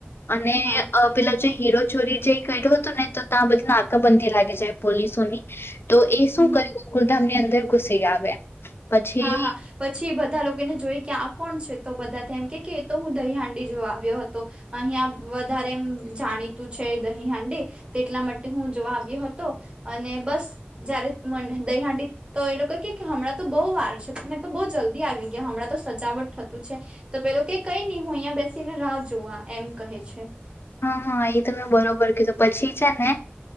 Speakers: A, on the left; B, on the right.
A: અને
B: હા
A: પેલા જે હીરો ચોરી જેઈ કર્યો હતો ને તો ત્યાં બધી નાકાબંધી લાગી જાય પોલીસોની તો એ શું
B: હમ હમ
A: કર્યું કુલધામ ની અંદર ઘુસી આવે પછી
B: હા, હા પછી બધા લોકોને જોઈ કે આ કોણ છે, તો બધા એમ કે એ તો હું દહી હાંડી જો આવ્યો હતો અહિયાં વધારે એમ જાણીતું છે, દહીં હાંડી તેટલા માટે હું જોવા આવ્યો હતો અને, બસ. જયારે મ દહીહાંટી તો એ લોકો કે હણાં તો બહુ વાર છે. તમને તો બહુ જલ્દી આવી ગયા હમણાં તો સજાવટ થતું છે, તો પેલો ક કઈ નહી હું અહિયાંયા બેસીને રાહ જોવા એમ કહે છે.
A: હા, હા એ તમે બરોબર કીધું પછી છે, ને